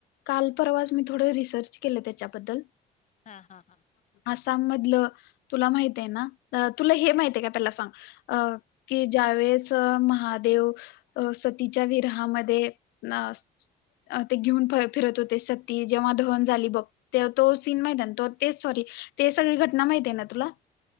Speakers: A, on the left (about 75°); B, on the left (about 45°).
A: काल परवाच मी थोडं रिसर्च केलं, त्याच्याबद्दल.
B: हां हां हां.
A: आसाम मधलं, तुला माहित ये ना, तुला हे माहिते ये का हे पहिल सांग. अ की ज्यावेळेस महा देव अ सतीच्या विरहामध्ये न स ते घेऊन फ-फिरत होते, सती जेव्हा दहन झाली बघ. ते तो सीन माहिते ना, त ते सॉरी, ते सगळी घटना माहती ये ना तुला?